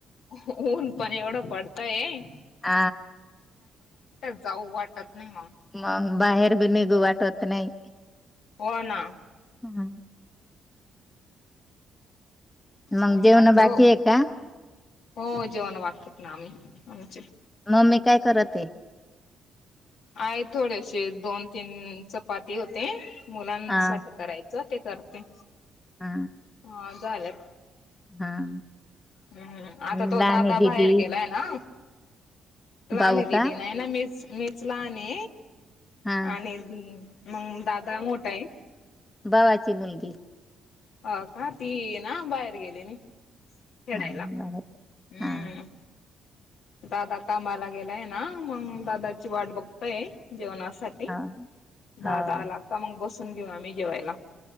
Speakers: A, on the left; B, on the left.
A: हु ऊन पण एवड पडतय,
B: आ
A: जाऊ वाटत नाही मग.
B: मग बाहेर बी निगु वाटत. त नइ.
A: हो ना
B: हम् मंग
A: उन्हाचं
B: जेवणं बाकीए का?
A: हो जेवणं बाकीएत ना आमी आमचे
B: मम्मी काय करतए.
A: आये थोडेशे दोन तीन चपाती होते मुलांसाठी
B: हा
A: कराय. साठी ते करते.
B: हा
A: हा झालं.
B: हा.
A: हम्म आता
B: लहान
A: तो दादा
B: आहे दिदी
A: भाहेर गेलाय ना? लानए
B: भाऊ
A: दीदी
B: का
A: नइए ना मीच मीच लानए.
B: हा
A: आणि मंग दादा मोठाए.
B: बावाची मुलगी
A: हा का ती. ना बाहेर गेलेनी खेडायला
B: हा बर
A: हम्म.
B: हा
A: दादा कामाला गेलाय ना मंग दादाची वाट बघतय जेवणा साठी
B: हो हो
A: दादा का मंग बसून घेऊ आमी जेवायला.